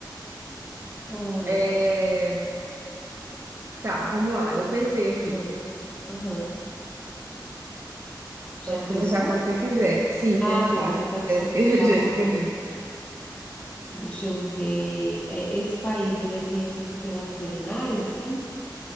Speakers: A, on the left (about 15°); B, on the right (about 40°).
A: Ai.
B: É, Tá, vamos lá. Eu pensei aqui.
A: Aham. Aham.
B: Pode
A: Já pensou?
B: começar quando você quiser. Sim,
A: Ah,
B: pensei.
A: tá, já pensou.
B: Já esque-
A: Tá
B: <laughs> já
A: bom.
B: escolhi.
A: Deixa eu ver. É, esse país, ele é conhecido pela culinária, sim?